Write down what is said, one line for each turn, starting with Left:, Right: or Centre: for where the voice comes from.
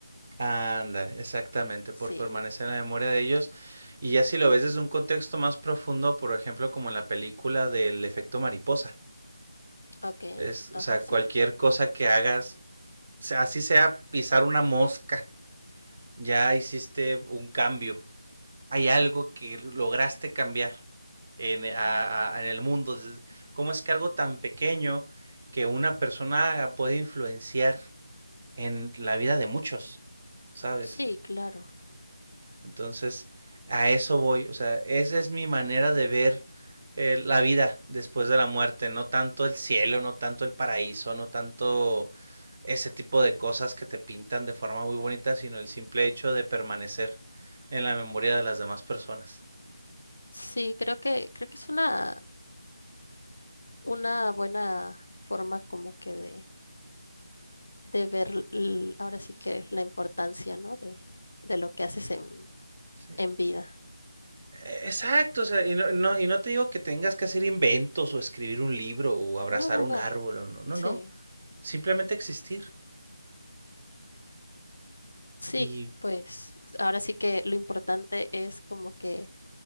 Right: Ándale, exactamente,
Left: Sí,
Right: por permanecer en la memoria de ellos. Y ya si lo ves desde un contexto más profundo, por ejemplo, como en la película del efecto mariposa.
Left: ok,
Right: Es, o
Left: ajá,
Right: sea,
Left: sí,
Right: cualquier cosa que hagas, sea- así sea pisar una mosca, ya hiciste un cambio. Hay algo que lograste cambiar en, eh, a- a- en el mundo. Es- ¿Cómo es que algo tan pequeño que una persona haga puede influenciar en la vida de muchos? ¿Sabes?
Left: sí, claro.
Right: Entonces, a eso voy. O sea, esa es mi manera de ver eh, la vida después de la muerte. No tanto el cielo, no tanto el paraíso, no tanto ese tipo de cosas que te pintan de forma muy bonita, sino el simple hecho de permanecer en la memoria de las demás personas.
Left: Sí, creo que, creo que es una, una buena forma como que de, de ver l- ahora sí que la importancia, ¿no? De, de lo que haces en,
Right: ¿sí?
Left: en vida.
Right: E-, Exacto, o sea, y no, no- y no te digo que tengas que hacer inventos o escribir un libro o abrazar
Left: No, no,
Right: un
Left: no,
Right: árbol, o no, no,
Left: sí.
Right: no, simplemente existir
Left: Sí,
Right: y
Left: pues ahora sí que lo importante es como que